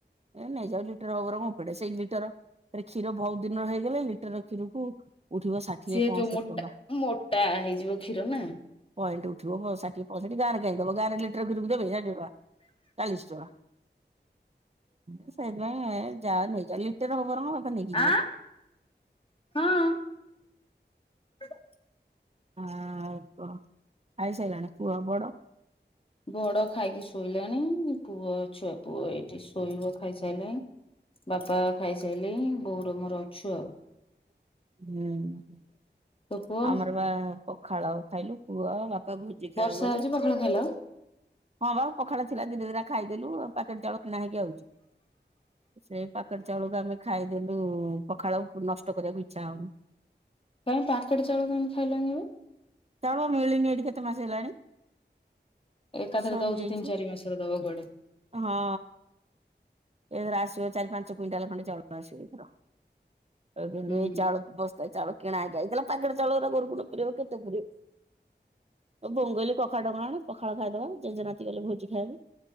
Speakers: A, on the right (about 35°); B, on the left (about 30°).
A: ଏ ନେଇଯାଉ ଲି ଲିଟେର ହଉ ବରଂ ଓମଫେଡ୍ ସେଇ ଲିଟର କ୍ଷୀର ବହୁତ ଦିନର ହେଇଗଲେ ଲିଟର କ୍ଷୀରକୁ ଉଠିବ ଷାଠିଏ
B: ସେ
A: ପଞ୍ଚଷଠି
B: ଯୋଉ ମୋଟା
A: ଟଙ୍କା
B: ମୋଟା ହେଇଯିବ କ୍ଷୀର ନା
A: ପଏଣ୍ଟ ଉଠିବ ଷାଠିଏ ପଅଁଷଠି ଗାଁ ରେ କାଇଁ ଦବ ଗାଁରେ ଲିଟେର କ୍ଷୀରକୁ ଦେବେ ଷାଠିଏ ଟଙ୍କା ଚାଳିଶି ଟଙ୍କା ଏ ସେଇଥି ପାଇଁ ଏ ଯା ନେଇ ଯା ଲିଟେର ହଁ ବାପା ନେଇକି ଯିବେ
B: ଆଁ ହଁ। <unintelligible>
A: ହଁ ଆାଉ କଣ ଖାଇ ସାଇଲାଣି ପୁଅ ବଡ
B: ବଡ ଖାଇକି ଶୋଇଲାଣି ପୁଅ ଛୁଆ ପୁଅ ଏଇଠି ଶୋଇବ ଖାଇ ସାଇଲାଣି ବାପା ଖାଇସାଇଲେଇଁ ବୋଉର ମୋର ଅଛୁ ଉ
A: ହୁଁ।
B: ତୋ ପୁଅ
A: ଆମର ବା ପଖାଳ ଖାଇଲୁ ପୁଅ ବାପା ଭୋଜି ଖାଇବାକୁ
B: ବର୍ଷା
A: ଗଲେ
B: ହଉଛି ପଖାଳ ଖାଇଲ
A: ହଁ ବା ପଖାଳ ଥିଲା ଦିଟା ଦିଟା ଖାଇଦେଲୁ ପାକେଟ ଚାଉଳ କିଣା ହେଇକି ଆାଉଚି ସେ ପାକେଟ୍ ଚାଉଳକୁ ଆମେ ଖାଇଦେଲୁ ପଖାଳ ନଷ୍ଟ କରିବାକୁ ଇଚ୍ଛା ହଉନି
B: ତମେ ପ୍ୟାକେଟ ଚାଉଳ କେମିତି ଖାଇଲ?
A: ଚାଉଳ ମିଳିନି ଏଠି କେତେ ମାସ ହେଲାଣି।
B: ଏକାଥରେ
A: ସରି
B: ଦଉଛି
A: ଯାଇଚି
B: ତିନି ଚାରି ମାସର ଦବ କୁଆଡେ
A: ହଁ। ଏ ର ଆସିବ ଚାରି ପାଞ୍ଚ କୁଇଣ୍ଟାଲ ଖଣ୍ଡେ ଚାଉଳ ଆସିବ ଏଥର। କୋଉ ଦିନଠୁ
B: ହୁଁ
A: ଏଇ ଚାଉଳ ବସ୍ତାଏ ଚାଉଳ କିଣା ହେଇକି ଆଇଥିଲା ପାକେଟ ଚାଉଳ ଗୁରା ଗୋରୁ କୁଣ୍ଡରେ ପୁରେଇବ କେତେ ପୁରେଇବ। ବଙ୍ଗଲି କଖାରୁ ଡଙ୍କ ଆଣ ପଖାଳ ଖାଇଦବା ଜେଜେନାତି ଗଲେ ଭୋଜି ଖାଇବାକୁ।